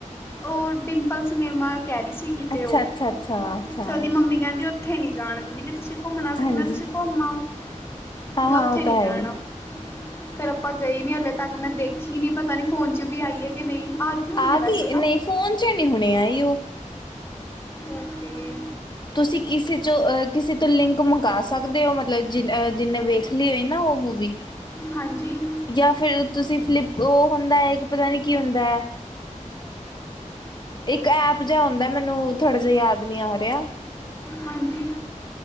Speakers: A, on the left; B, on the left.
A: ਉਹ ਡਿੰਪਲ ਸਿਨੇਮਾ ਕਹਿ ਰਹੀ ਸੀ। ਕਿਤੇ
B: ਅੱਛਾ-
A: ਉਹ
B: ਅੱਛਾ- ਅੱਛਾ। ਅੱਛਾ
A: ਤੇ ਉਹਦੀ ਮੰਮੀ ਕਹਿੰਦੀ ਉੱਥੇ ਨਹੀਂ ਜਾਣ ਦਿੰਦੀ ਜੇ ਤੁਸੀਂ ਘੁੰਮਣਾ-ਫਿਰਣਾ
B: ਹਾਂਜੀ
A: ਹੈ ਤਾਂ ਤੁਸੀਂ ਘੁੰਮ ਆਓ।
B: ਹਾਂ
A: ਵੀ ਉੱਥੇ
B: ਹਾਂ ਉਹ
A: ਨਹੀਂ
B: ਤਾਂ ਹੈ
A: ਜਾਣਾ।
B: ਹੀ
A: ਫਿਰ ਆਪਾਂ ਗਏ ਨਹੀਂ ਹਲੇ ਤੱਕ ਮੈਂ ਦੇਖੀ ਨਹੀਂ ਪਤਾ ਨਹੀ ਫ਼ੋਨ 'ਚ ਵੀ ਆਈ ਹੈ ਕਿ ਨਹੀਂ ਆ ਗਈ ਹੋਣੀ
B: ਆ
A: ਹੈ ਵੈਸੇ
B: ਗਈ
A: ਤਾਂ
B: ਨਹੀ ਫ਼ੋਨ 'ਚ ਨਹੀਂ ਹੁਣੇ ਆਈ ਉਹ
A: ਓਕੇ <inaudible>
B: ਤੁਸੀ ਕਿਸੇ 'ਚੋ ਅ ਕਿਸੇ ਤੋਂ ਲਿੰਕ ਮੰਗਾ ਸਕਦੇ। ਸਕਦੇ ਹੋ ਮਤਲਬ ਜਿਹ ਜਿਹਨੇ ਵੇਖ ਲਈ ਹੋਈ ਨਾ ਉਹ ਮੂਵੀ
A: ਹਾਂਜੀ
B: ਜਾਂ ਫਿਰ ਤੁਸੀਂ ਫਲਿੱਪ ਉਹ ਹੁੰਦਾ ਹੈ ਇੱਕ ਪਤਾ ਨਹੀਂ ਕੀ ਹੁੰਦਾ ਹੈ। ਇੱਕ ਐਪ ਜਿਹਾ ਹੁੰਦਾ ਮੈਨੂੰ ਥੋੜ੍ਹਾ ਜਿਹਾ ਯਾਦ ਨਹੀਂ ਆ ਰਿਹਾ।
A: ਹਾਂਜੀ